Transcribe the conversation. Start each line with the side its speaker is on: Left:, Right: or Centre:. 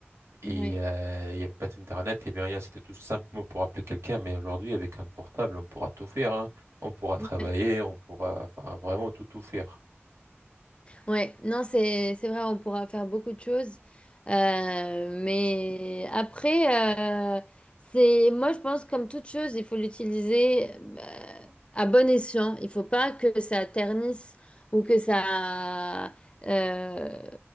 Right: Et
Left: ouais,
Right: euh, il n'y avait pas d'Internet, il n'y avait rien. C'était tout simplement pour appeler quelqu'un. Mais aujourd'hui, avec un portable, on pourra tout faire, hein. On pourra travailler,
Left: ouais.
Right: on pourra, enfin, vraiment tout, tout faire.
Left: Ouais, non, c'est c'est vrai, on pourra faire beaucoup de choses. Euh, mais après, euh, c'est moi, je pense, comme toute chose, il faut l'utiliser euh, à bon escient. Il faut pas que ça ternisse ou que ça, euh,